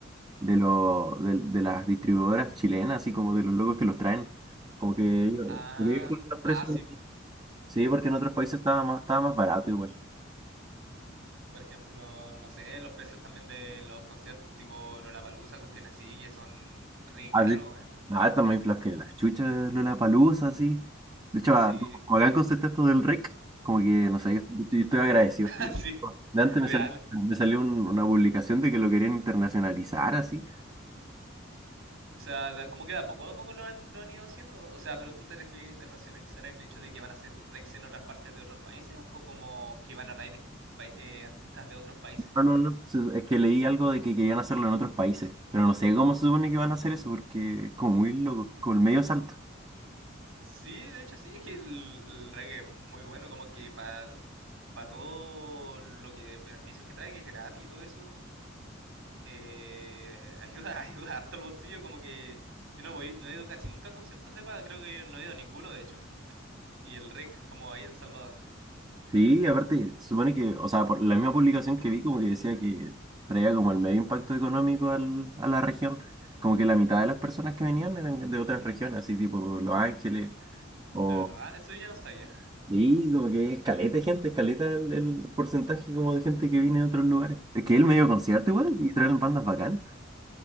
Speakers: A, on the right; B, on the right.
A: de, lo, de, de las distribuidoras chilenas, así como de los locos que los traen. Como que ellos
B: Ah,
A: ellos ponen los precios.
B: ah, sí, po.
A: Sí, porque en otros países estaba más, estaba más barato igual.
B: Por ejemplo, no sé, los precios también de los conciertos tipo Lollapalooza, cuestiones así, que son re caros,
A: Así,
B: weón.
A: ah, está más inflado que la chucha Lollapalooza, así. De hecho,
B: Sí,
A: ah, como como acá en concepto esto del rec, como que, no sé, yo, yo estoy yo estoy agradecido.
B: <laughs> así,
A: De antes
B: real.
A: me salió, me salió un- una publicación de que lo querían internacionalizar, así.
B: O sea, da- como que de a poco a poco lo han, lo han ido haciendo. O sea, pero tú te refieres a internacionalizar en el hecho de que van a hacer Rex en otras partes de otros países o como que van a traer pa- eh, artistas de otros países
A: No,
B: al
A: no,
B: Rex.
A: no, se- es que leí algo de que querían hacerlo en otros países, pero no sé cómo se supone que van a hacer eso, porque es como muy loco, como el medio salto.
B: Sí, de hecho sí, es que el, el reggae es muy bueno, como que para todo lo que beneficios que trae, que es gratis y todo eso, eh, ayuda, <laughs> ayuda harto al bolsillo, como que yo no voy, no he ido casi nunca a conciertos de paga, creo que no he ido a ninguno de hecho. Y el RIC como ahí en El Salvador.
A: Sí, aparte, se supone que, o sea, por la misma publicación que vi, como que decía que traía como el medio impacto económico al, a la región. Como que la mitad de las personas que venían eran de otras regiones, así tipo Los Ángeles, o...
B: De verdad, eso yo no sabía.
A: Sí, como que es caleta de gente, es caleta el, el porcentaje como de gente que viene de otros lugares. Es que el medio concierto
B: Mm.
A: igual, y traen bandas bacanas,